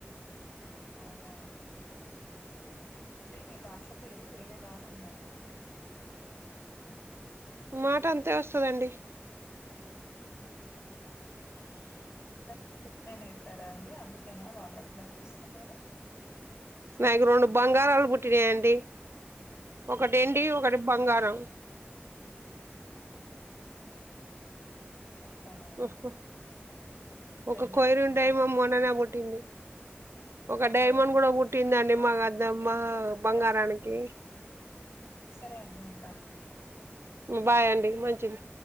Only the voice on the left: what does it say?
అవునా అంటే మీ భాష తీరు వేరే లాగా ఉందండి
మా పిల్లలకు కూడా ఇట్నె నేర్పారా అండి అందుకేనా వాళ్ళు అట్లే చేస్తున్నారు
ఇప్పుడే
వస్తానా
వెన్నీని
బంగారాన్ని
దాపిచ్చి
ఒకవేళ
నాకు
వెండి
బంగారం
దాపిచ్చి. సరే అండి ఉంటాను